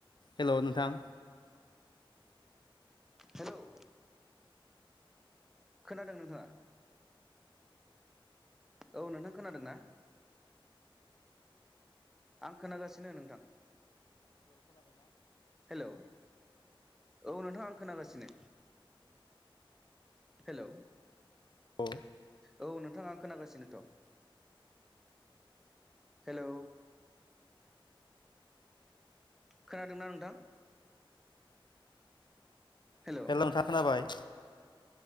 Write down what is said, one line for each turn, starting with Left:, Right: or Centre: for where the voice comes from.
Left: हेल' नोंथां
Centre: हेल' खोनादों नोंथाङा? औ नोंथां खोनादों ना? आं खोनागासिनो नोंथां। औ औ नोंथां आं खोनागासिनो। हेल'
Left: अ
Centre: औ नोंथां आं खोनागासिनोथ' हेलौ खोनादोंना नोंथां? हेलौ
Left: हेल नोथां खोनाबाय